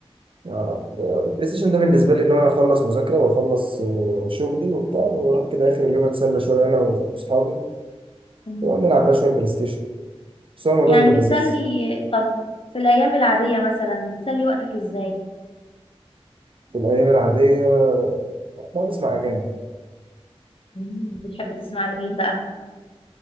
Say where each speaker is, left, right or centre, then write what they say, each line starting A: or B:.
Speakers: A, on the right (about 55°); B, on the left (about 60°).
A: يعني بلاي ستيشن ده بالنسبة لي إن أنا أخلص مذاكرة وأخلص آه، شغلي وبتاع وأروح كده آخر اليوم أتسلى شوية أنا وأصحابي
B: مم.
A: ونلعب بقى شوية بلاي ستيشن بس هو الموضوع
B: يعني
A: بيكون
B: بتسلي
A: لذيذ
B: طب في الايام العادية مثلا بتسلي وقتك ازاي
A: في الأيام العادية بقعد أسمع أغاني
B: مم. بتحب تسمع لمين بقى